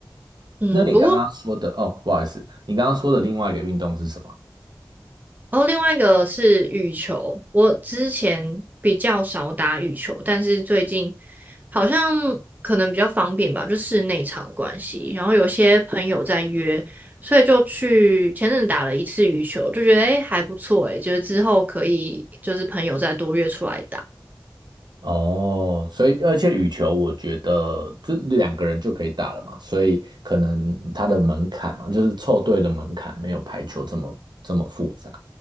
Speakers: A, on the right; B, on the right.
A: 嗯，
B: 那你刚刚说的哦，
A: 不过
B: 不好意思，你刚刚说的另外一个运动是什么？
A: 哦，另外一个是羽球，我之前比较少打羽球，但是最近好像可能比较方便吧，就室内场的关系，然后有些朋友在约，所以就去前阵子打了一次羽球，就觉得诶还不错诶，觉得之后可以就是朋友再多约出来打。
B: 哦，所以而且羽球，我觉得这两个人就可以打了嘛，所以可能它的门槛嘛，就是凑对的门槛没有排球这么这么复杂，